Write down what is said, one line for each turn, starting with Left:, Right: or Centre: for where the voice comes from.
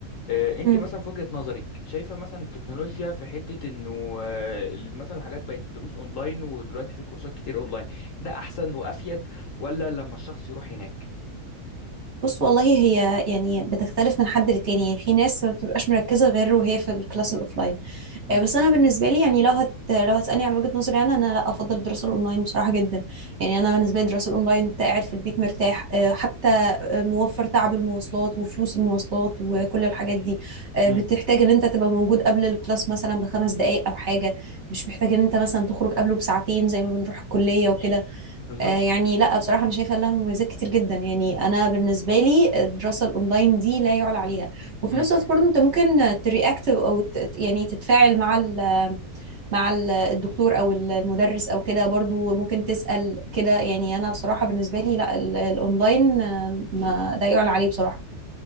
Left: آه، انت
Right: مم.
Left: مثلا في وجهة نظرك شايفة مثلا التكنولوجيا في حتة انه آه، مثلا الحاجات بقت دروس اونلاين ودلوقتي في كورسات كتير اونلاين ده احسن وافيد ولا لما الشخص يروح هناك
Right: بص والله هي يعني بتختلف من حد للتاني يعني في ناس ما بتبقاش مركزة غير وهي في الكلاس الأوفلاين
Left: امم
Right: آه، بس أنا بالنسبة لي يعني لو هت لو هتسألني عن وجهة نظري أنا أنا لا أفضل الدراسة الأونلاين بصراحة جدا يعني أنا بالنسبة لي الدراسة الأونلاين أنت قاعد في البيت مرتاح آه، حتى آه، موفر تعب المواصلات وفلوس المواصلات وكل الحاجات دي آه،
Left: امم
Right: بتحتاج إن أنت تبقى موجود قبل الكلاس مثلا بخمس دقايق أو حاجة مش محتاج إن أنت مثلا تخرج قبله بساعتين زي ما بنروح الكلية وكده
Left: بالظبط
Right: آه، يعني لا بصراحة أنا شايفة لها مميزات كتير جدا يعني أنا بالنسبة لي الدراسة الأونلاين دي لا يعلى عليها وفي
Left: امم
Right: نفس الوقت برضه أنت ممكن ترياكت أو ت- يعني تتفاعل مع ال مع ال- الدكتور أو ال- المدرس أو كده برضه ممكن تسأل كده يعني أنا بصراحة بالنسبة لي لا ال- الأونلاين آه، ما لا يعلى عليه بصراحة